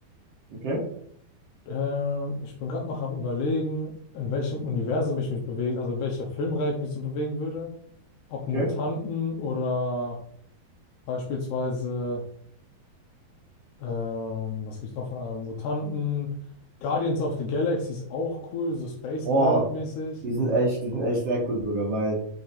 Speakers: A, on the right (about 65°); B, on the left (about 75°).
A: okay,
B: Ähm, ich bin gerade noch am Überlegen, in welchem Universum ich mich bewege, also in welcher Filmreihe ich mich so bewegen würde. Ob Mutanten
A: okay.
B: oder beispielsweise, ähm, was gibt's noch von äh, Mutanten? Guardians of the Galaxy ist auch cool, so Space
A: Oh,
B: Pirate-mäßig.
A: die sind echt, die sind echt sehr cool sogar, weil,